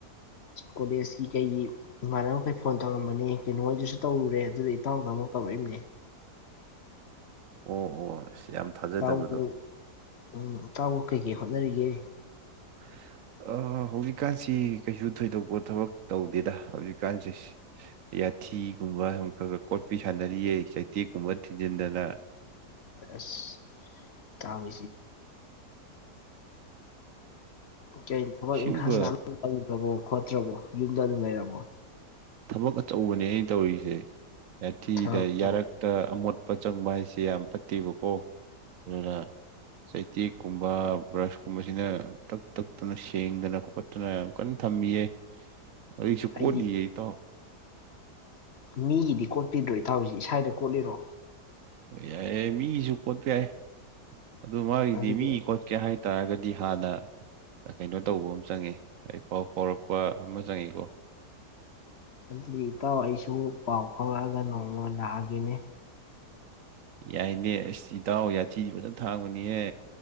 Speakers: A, on the left; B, on the right.
A: ꯀꯣꯂꯦꯖꯀꯤ ꯀꯩꯒꯤ ꯏꯃꯥꯟꯅꯕꯈꯩ ꯐꯣꯟ ꯇꯧꯔꯝꯕꯅꯤ ꯀꯩꯅꯣꯍꯣꯏꯗꯁꯨ ꯇꯧꯔꯨꯔꯦ ꯑꯗꯨꯗ ꯏꯇꯥꯎꯗꯥ ꯑꯃꯨꯛ ꯇꯧꯔꯛꯏꯝꯅꯦ
B: ꯑꯣ ꯑꯣ ꯏꯁ ꯌꯥꯝ ꯊꯥꯖꯗꯕꯗꯣ
A: ꯏꯇꯥꯎꯕꯨ ꯎꯝ ꯏꯇꯥꯎꯕꯨ ꯀꯩꯀꯩ ꯍꯣꯠꯅꯔꯤꯒꯦ
B: <unintelligible> ꯑ ꯍꯧꯖꯤꯛꯀꯥꯟꯁꯤ ꯀꯩꯁꯨ ꯊꯣꯏꯗꯣꯛꯄ ꯊꯕꯛ ꯇꯧꯗꯦꯗ ꯍꯧꯖꯤꯛꯀꯥꯟꯁꯤ ꯌꯥꯊꯤꯒꯨꯝꯕ ꯁꯨꯝ ꯈ ꯒ ꯀꯣꯠꯄꯤ ꯁꯥꯟꯅꯔꯤꯌꯦ ꯆꯩꯇꯦꯛꯀꯨꯝꯕ ꯊꯤꯟꯖꯤꯟꯗꯅ
A: ꯑꯁ ꯏꯇꯥꯎꯒꯤꯁꯤ ꯀꯩ ꯊꯕꯛ
B: ꯁꯤꯒꯨꯝꯕ
A: ꯏꯪꯈꯥꯡꯒꯥ ꯇꯧꯗ꯭ꯔꯕꯣ ꯈꯣꯠꯇ꯭ꯔꯕꯣ ꯌꯨꯝꯗ ꯑꯗꯨꯝ ꯂꯩꯔꯕꯣ
B: ꯊꯕꯛ ꯑꯆꯧꯕꯅꯦ ꯑꯩꯅ ꯇꯧꯔꯤꯁꯦ ꯌꯥꯊꯤꯗ
A: ꯊꯕꯛ
B: ꯌꯥꯔꯛ ꯇ ꯑꯃꯣꯠꯄ ꯆꯪꯕ ꯍꯥꯏꯁꯦ ꯌꯥꯝ ꯐꯠꯇꯦꯕꯀꯣ ꯑꯗꯨꯅ ꯆꯩꯇꯦꯛ ꯀꯨꯝꯕ ꯕ꯭ꯔꯁ ꯀꯨꯝꯕꯁꯤꯅ ꯇꯛ ꯇꯛꯇꯅ ꯁꯦꯡꯗꯅ ꯈꯣ ꯑꯗꯨꯅ ꯌꯥꯝ ꯀꯟ ꯊꯝꯃꯤꯌꯦ ꯍꯧꯖꯤꯛꯁꯨ
A: ꯍꯥꯏꯗꯤ
B: ꯀꯣꯠꯂꯤꯌꯦ ꯏꯇꯥꯎ
A: ꯃꯤꯒꯤꯗꯤ ꯀꯣꯠꯄꯤꯗ꯭ꯔꯣ ꯏꯇꯥꯎꯁꯤ ꯏꯁꯥꯒꯤꯗꯥ ꯀꯣꯠꯂꯤꯔꯣ
B: ꯑꯣ ꯌꯥꯏꯑꯦ ꯃꯤꯒꯤꯁꯨ ꯀꯣꯠꯄ ꯌꯥꯏ ꯑꯗꯨ ꯃꯥꯒꯤꯗꯤ
A: ꯑꯗꯨꯗꯤ
B: ꯃꯤ ꯀꯣ ꯀꯦ ꯍꯥꯏꯇꯥꯔꯒꯗꯤ ꯍꯥꯟꯅ ꯀꯩꯅꯣ ꯇꯧꯕ ꯑꯃ ꯆꯪꯉꯦ ꯑꯩ ꯄꯥꯎ ꯐꯥꯎꯔꯛꯄ ꯑꯃ ꯆꯪꯉꯤꯀꯣ
A: ꯑꯗꯨꯗꯤ ꯏꯇꯥꯎ ꯑꯩꯁꯨ ꯄꯥꯎ ꯐꯥꯎꯔꯛꯑꯒ ꯅꯣꯡꯃ ꯂꯥꯛꯑꯒꯦꯅꯦ
B: ꯌꯥꯏꯅꯦ ꯑꯩꯁ ꯏꯇꯥꯎ ꯌꯥꯊꯤꯗꯤ ꯐꯖꯅ ꯊꯥꯡꯕꯅꯤꯍꯦ